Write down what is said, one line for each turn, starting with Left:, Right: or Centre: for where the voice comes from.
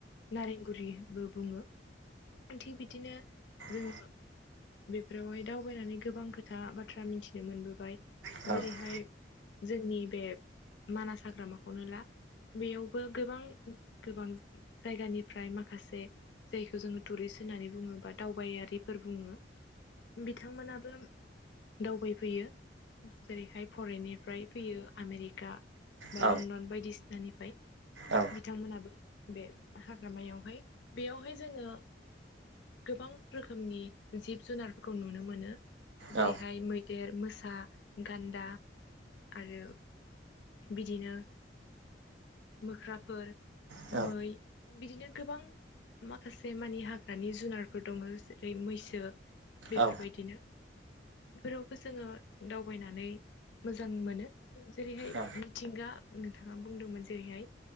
Left: नारेंगुरिबो बुङो थिग बिदिनो जोङो
Right: बिदिनो
Left: बेफोरावहाय दावबायनानै गोबां खोथा बाथ्रा मिथिनो मोनबोबाय।
Right: बेयावबो
Left: जेरैहाय जोंनि बे मानास हाग्रामाखौनो ला बेयावबो गोबां गोबां जायगानिफ्राय माखासे जायखौ जोङो टुरिस्ट होननानै बुङोबा दावबायारिफोर बुङो बिथांमोनाबो दावबायफैयो जेरैहाय फरेननिफ्राय फैयो आमेरिका बा
Right: औ
Left: लण्डन बायदिसिनानिफ्राय
Right: औ
Left: बिथांमोनाबो बे हाग्रामायावहाय बेयावहाय जोङो गोबां रोखोमनि जिब जुनारफोरखौ नुनो मोनो जेरैहाय
Right: औ
Left: मैदेर मोसा गान्दा आरो बिदिनो मोख्राफोर
Right: औ
Left: मै बिदिनो गोबां माखासे मानि हाग्रानि जुनारफोर दङ ओरै मैसो बेफोरबायदिनो
Right: औ
Left: बेफोरावबो जोङो दावबायनानै मोजां मोनो जेरैहाय
Right: औ
Left: मिथिंगा नोंथाङा बुंदोंमोन जेरैहाय